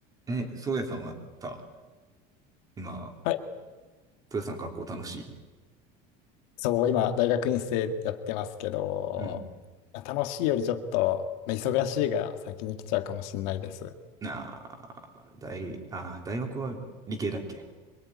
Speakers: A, on the right; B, on the left.
A: え、宗谷さんはさ、今、
B: はい、
A: 宗谷さん学校楽しい
B: そう、今、大学院生やってますけど、
A: うん。
B: 楽しいよりちょっと、まあ忙しいが先に来ちゃうかもしれないです。
A: なあ、大、あ、大学は理系だっけ